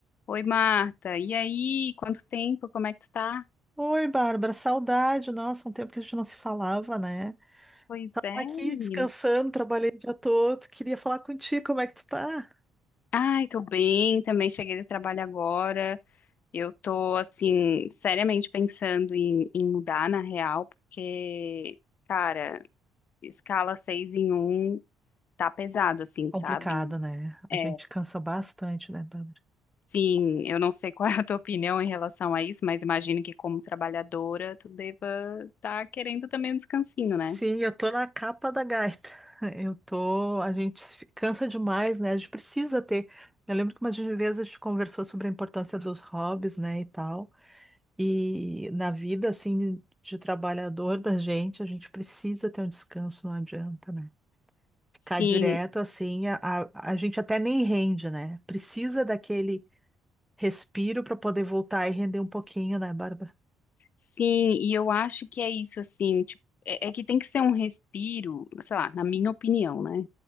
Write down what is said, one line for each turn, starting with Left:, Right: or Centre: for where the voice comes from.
Left: Oi, Marta. E aí, quanto tempo? Como é que tu tá?
Centre: Oi, Bárbara, saudade. Nossa, um tempo que a gente não se falava, né?
Left: Pois é,
Centre: Aqui
Left: menina.
Centre: descansando, trabalhei o dia todo. Queria falar contigo, como é que tu tá?
Left: Ai, tô bem, também cheguei do trabalho agora. Eu tô, assim, seriamente pensando em, em mudar na real, porque, cara, escala 6 em um tá pesado, assim,
Centre: Complicado,
Left: sabe?
Centre: né? A
Left: É,
Centre: gente cansa bastante, né, Bárbara?
Left: sim, eu não sei <laughs> qual é a tua opinião em relação a isso, mas imagino que como trabalhadora tu deva estar querendo também um descansinho,
Centre: Sim,
Left: né?
Centre: eu tô na capa da gaita. Eu tô. A gente se cansa demais, né? A gente precisa ter. Eu lembro que uma vez a gente conversou sobre a importância dos hobbies, né, e tal. E na vida, assim, de trabalhador da gente, a gente precisa ter um descanso, não adianta, né?
Left: Sim,
Centre: Cai direto assim, a, a a gente até nem rende, né? Precisa daquele respiro para poder voltar e render um pouquinho, né, Bárbara?
Left: Sim, e eu acho que é isso, assim, tipo, é, é que tem que ser um respiro, sei lá, na minha opinião, né?